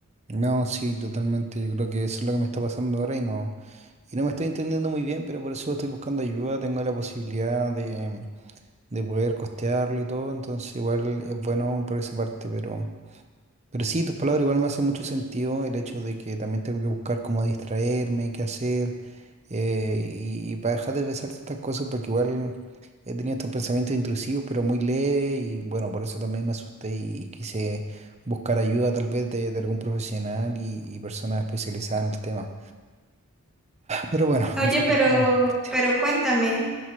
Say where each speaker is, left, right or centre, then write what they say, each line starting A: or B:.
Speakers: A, on the right (about 30°); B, in the centre.
A: No, sí, totalmente. Yo creo que eso es lo que me está pasando ahora y no, y no me estoy entendiendo muy bien, pero por eso estoy buscando ayuda. Tengo la posibilidad de, de poder costearlo y todo, entonces igual es bueno por esa parte, pero. Pero sí, tus palabras igual me hacen mucho sentido el hecho de que también tengo que buscar cómo distraerme, qué hacer, eh, y, y para dejar de pensar tantas cosas, porque igual he tenido estos pensamientos intrusivos, pero muy leves, y bueno, por eso también me asusté y quise buscar ayuda tal vez de, de algún profesional y, y personas especializadas en el tema. Pero bueno,
B: Oye,
A: al fin
B: pero,
A: y al cabo, suerte.
B: pero cuéntame,